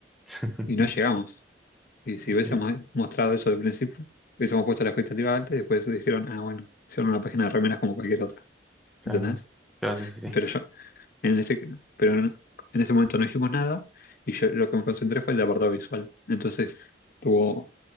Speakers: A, in the centre; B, on the left (about 55°).
A: <laughs>
B: Y no llegamos. Y si
A: Que,
B: hubiésemos mostrado eso de principio, hubiésemos puesto la expectativa alta y después dijeron, ah, bueno, hicieron una página de remeras como cualquier otra,
A: claro,
B: ¿entendés?
A: claro, sí, sí, sí,
B: Pero yo, en ese, pero en, en ese momento no dijimos nada y yo lo que me concentré fue el apartado visual. Entonces, tuvo,